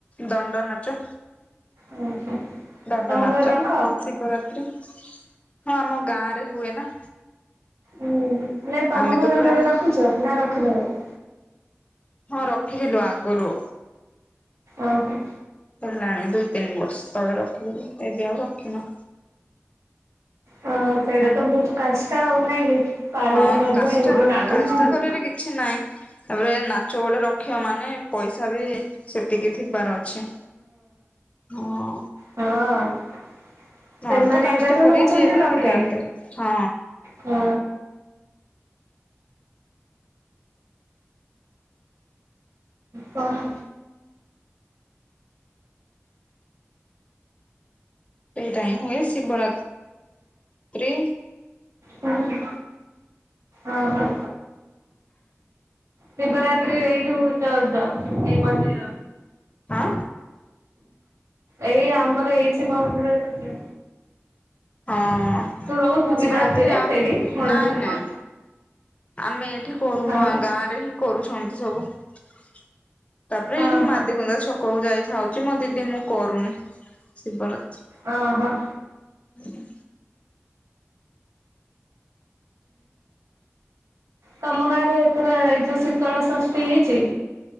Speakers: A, on the left; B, on the right.
A: ଦଣ୍ଡ ନାଚ।
B: ଓହୋ
A: ଦଣ୍ଡନାଚ
B: ତମ ଘରେ ରଖ?
A: ଶିବରାତ୍ରି। ହଁ ଆମ ଗାଁରେ ହୁଏ ନା।
B: ଉ ହୁ ନାଇ ତମ
A: ଆମେ
B: ଘର
A: ତ ପୁରା
B: କେବେ ରଖିଚ ନା ରଖିନ କେବେ?
A: ହଁ ରଖିଥିଲୁ ଆଗୁରୁ।
B: ଓହୋ।
A: ହେଲାଣି ଦୁଇ ତିନି ବର୍ଷ ତଳେ ରଖିଲୁ ଏବେ ଆଉ ରଖିନୁ।
B: ହଁ ସେଟା ତ ବୋହୁତ କାଷ୍ଟ ହଉ ନାଇଁ କି? ପାଳନ
A: ହଁ
B: କରିବା
A: କାଷ୍ଟ
B: ଆଉ
A: କାଷ୍ଟ
B: ହଁ।
A: କରିବାର କିଛି ନାହିଁ ତାପରେ ନାଚ ଗୋଡେ ରଖ ମୁଖ୍ୟ ମାନେ ପଇସା ବି ସେତିକି ଥିବାର ଅଛି ହଁ।
B: ହଁ
A: ନହେଲେ
B: ସେମାନେ
A: କାଷ୍ଟା
B: ଏକେ ତ
A: କରି
B: ନଉଚନ୍ତି
A: ଯିଏ ବି
B: ଲକ୍ଷେ।
A: ରହିଯାଆନ୍ତେ। ହଁ।
B: ହଁ। କଣ?
A: ସେଇଟା ହିଁ ହୁଏ ଶିବରା ତ୍ରି।
B: ହୁଁ ଆ ହଁ। ଶିବରାତ୍ରୀ ଏଇଠୁ ଯାଉଚ ଏଇ ମନ୍ଦିର
A: ଆଁ
B: ଏଇ ଆମର ଏଇ ଶିବ ମନ୍ଦିରରେ ଅଯଳ
A: ହଁ
B: ତୁ ରହୁଛୁ କି
A: ଶିବରାତ୍ରି
B: ରାତିରେ
A: ଆମ
B: ସେଇଠି ମନ୍ଦିରରେ
A: ନାଇଁ ନାଇଁ ଆମେ ଏଠି କରୁନୁ
B: ଆଉ
A: ଗାଁ ରେ ହିଁ କରୁଛନ୍ତି ସବୁ। ତାପରେ
B: ଅହ
A: ଏଠି ମାଧିଗୁନ୍ଦା ଛକକୁ ଯାଇଥାଉଛି ମୋ ଦିଦି ମୁଁ କରୁନି ଶିବରାତ୍ରି।
B: ଅ ହଁ।
A: ହୁଁ।
B: ତମ ଗାଁରେ ଏଥର ଏଇ ଯୋଉ ଶୀତଳ ଷଷ୍ଠି ହେଇଛି?